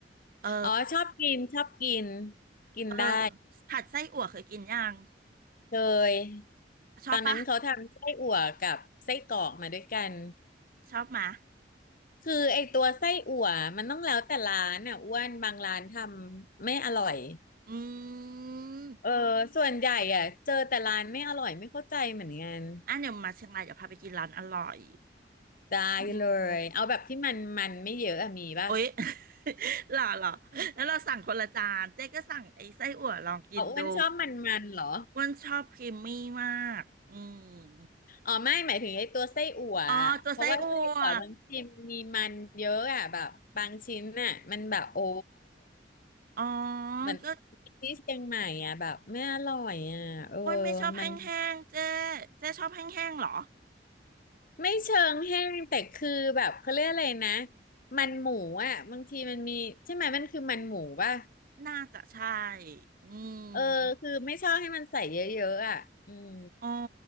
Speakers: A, on the right; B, on the left.
A: เออ
B: อ๋อชอบกินชอบกินกินได้
A: เออผัดไส้อั่วเคยกินยัง
B: เคย
A: ชอบปะ
B: ตอนนั้นเขาทำไส้อั่วกับไส้กรอกมาด้วยกัน
A: ชอบมา
B: คือไอตัวไส้อั่วมันต้องแล้วแต่ร้านอ่ะอ้วนบางร้านทำไม่อร่อย
A: อืม
B: เออส่วนใหญ่อ่ะเจอแต่ร้านไม่อร่อยไม่เข้าใจเหมือนกัน
A: อ่ะเดี๋ยวมาเชียงรายเดี๋ยวพาไปกินร้านอร่อย
B: ได้เลยเอาแบบที่มันมันไม่เยอะอะมีป่ะ
A: อืมโอ๊ย <laughs> หล่อหล่อแล้วเราสั่งคนละจานเจ๊ก็สั่งไอ้ไส้อั่วลองกินดู
B: เอาอ้วนชอบมันมันเหรอ
A: อ้วันชอบครีมมี่มากอืม
B: อ๋อไม่หมายถึงไอ้ตัวไส้อั่วอะเพราะว่าไส้อั่วบางทีมันมีมันเยอะอ่ะแบบบางชิ้นน่ะมันแบบโอ้
A: อ๋อตัวไส้อั่วอ๋อ
B: เหมือน
A: ก็
B: ที่เชียงใหม่อ่ะแบบไม่อร่อยอ่ะเออ
A: อ้วนไม่ชอบแห้งๆเจ๊
B: มัน
A: เจ๊ชอบแห้งๆเหรอ
B: ไม่เชิงแห้งแต่คือแบบเขาเรียกอะไรนะมันหมูอ่ะบางทีมันมีใช่ไหมมันคือมันหมูป่ะ
A: น่าจะใช่ อืม
B: เออคือไม่ชอบให้มันใส่เยอะๆอ่ะอืม
A: อ๋อ